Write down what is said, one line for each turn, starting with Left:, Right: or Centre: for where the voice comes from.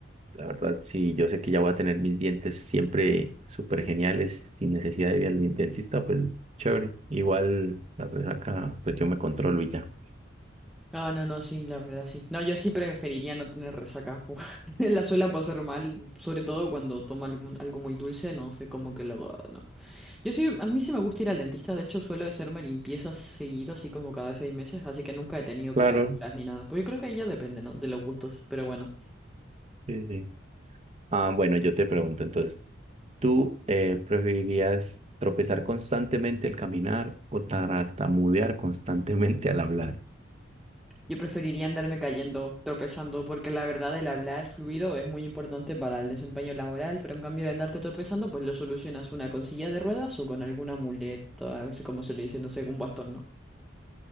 Right: la verdad sí, yo sé que ya voy a tener mis dientes siempre súper geniales, sin necesidad de ir al dentista, pues chévere. Igual, la pues acá, pues yo me controlo y ya.
Centre: ah no, no, sí, la verdad sí. No, yo sí preferiría no tener resaca. <laughs> La suela puede pasar mal, sobre todo cuando toma algún- algo muy dulce, no sé, como que luego... ah, No. Yo sí, a mí sí me gusta ir al dentista, de hecho suelo hacerme limpiezas seguido, así como cada seis meses, así que nunca he tenido
Right: Claro,
Centre: picaduras ni nada. Pues yo creo que ahí ya depende, ¿no? De los gustos, pero bueno.
Right: sí, sí. Ah, bueno, yo te pregunto entonces, ¿tú eh, preferirías tropezar constantemente al caminar o tartamudear constantemente al hablar?
Centre: Yo preferiría andarme cayendo, tropezando, porque la verdad el hablar fluido es muy importante para el desempeño laboral, pero en cambio el andarte tropezando, pues lo solucionas una con silla de ruedas o con alguna muleta, así como se le dice, no sé, un bastón, ¿no?